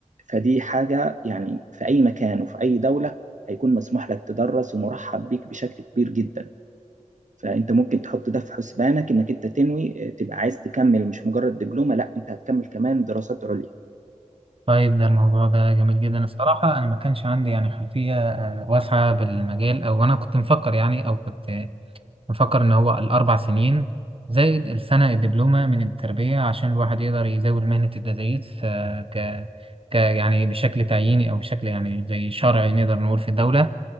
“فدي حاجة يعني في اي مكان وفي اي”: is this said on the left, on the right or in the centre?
Right